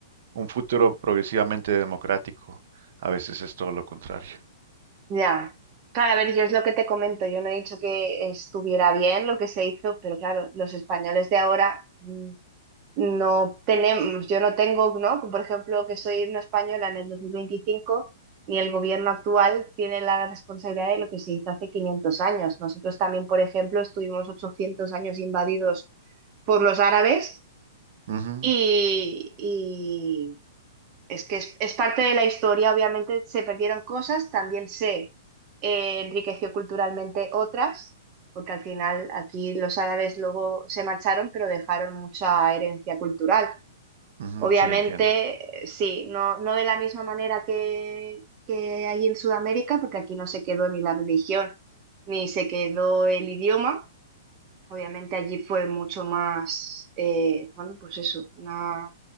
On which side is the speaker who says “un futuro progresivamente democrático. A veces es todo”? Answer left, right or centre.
Right